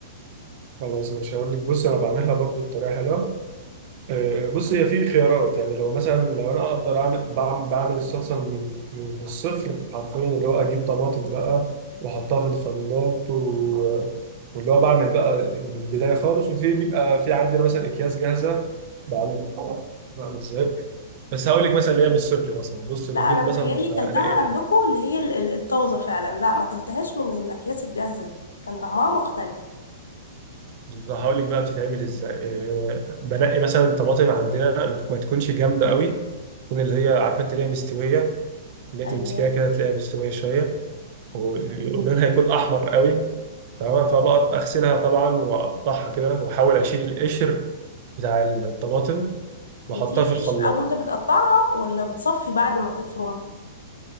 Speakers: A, on the right; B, on the left.
A: خلاص مش هقول لك بص انا بعملها برضو بطريقه حلوه آه، بص هي في خيارات يعني لو مثلا لو انا اقدر اعمل بعمل, بعمل الصلصه من من الصفر حرفيا اللي هو اجيب طماطم بقى واحطها في الخلاط و... واللي هو بعمل بقى من البدايه خالص وفي بيبقى في عندنا مثلا اكياس جاهزه بعمل بعمل ازاي بس هقول لك مثلا اللي هي من الصفر مثلا بص بجيب
B: لا انا بتهيالي
A: مثلا
B: كلتها
A: آه، انا ايه
B: عندكم اللي هي ال- ال- الطازه فعلا لا ما كلتهاش من الاكياس الجاهزه دي كان طعمها مختلف
A: هقول لك بقى بتتعمل ازاي آه، بنقي مثلا طماطم عندنا ما تكونش جامده قوي تكون اللي هي عارفه انت اللي هي مستويه اللي هي
B: ايوه
A: تمسكيها كده تلاقيها مستويه شويه ولونها هيكون احمر قوي تمام فبقى اغسلها طبعا واقطعها كده واحاول اشيل القشر بتاع الطماطم واحطها
B: بتيل
A: في الخلاط
B: قشر او انت بتقطعها ولا بتصفي بعد ما تفرم